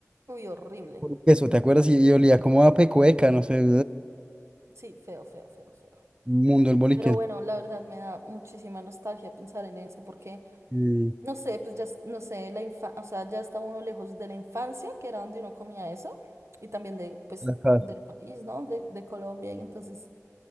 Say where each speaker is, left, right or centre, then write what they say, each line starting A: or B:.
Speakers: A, on the right; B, on the right.
A: Uy, horrible.
B: Boliqueso, ¿te acuerdas? Y, y olía como a pecueca, no sé,
A: Sí, feo, feo, feo, feo.
B: <smacks lips> mundo el boliqueso.
A: Pero bueno, la verdad me da muchísima nostalgia pensar en eso porque
B: Y
A: No sé, pues ya, s- no sé, la infa- o sea, ya está uno lejos de la infancia, que era donde uno comía eso, y también de, pues,
B: la casa,
A: del país, ¿no? De, de Colombia, y entonces,